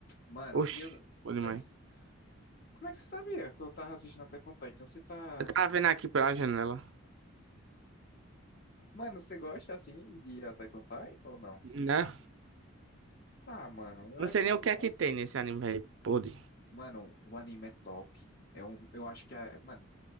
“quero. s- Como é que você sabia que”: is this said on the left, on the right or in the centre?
Left